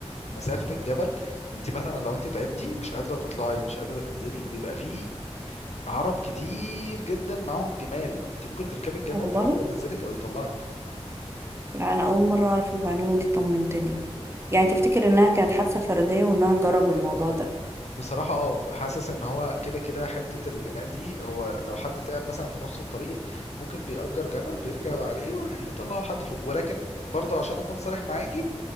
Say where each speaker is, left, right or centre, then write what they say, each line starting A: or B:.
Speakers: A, on the left (about 80°); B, on the right (about 25°).
A: مسافة الجبل انت مثلا لو انت تعبتي مش قادرة تطلعي مش قادرة تنزلي بيبقى فيه عرب كتير جدا معاهم جمال انت ممكن تركبي الجمل
B: والله
A: ده هو ينزلك او يطلعك
B: لا انا اول مره اعرف المعلومه دي طمنتني يعني تفتكر انها كانت حادثه فرديه وان انا اجرب الموضوع ده
A: بصراحة اه حاسس ان هو كده كده حتة الجمال دي هو لو حد تعب مثلا في نص الطريق ممكن بيأجر جمل بيركب عليه ويطلعه لحد فوق ولكن برضه عشان اكون صريح معاكي